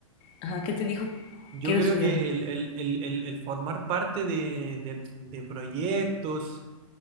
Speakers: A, on the left (about 30°); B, on the right (about 30°).
A: Ajá, ¿qué te dijo
B: yo
A: quiero
B: creo
A: estudiar?
B: que el, el- el- el- el formar parte de, de- de proyectos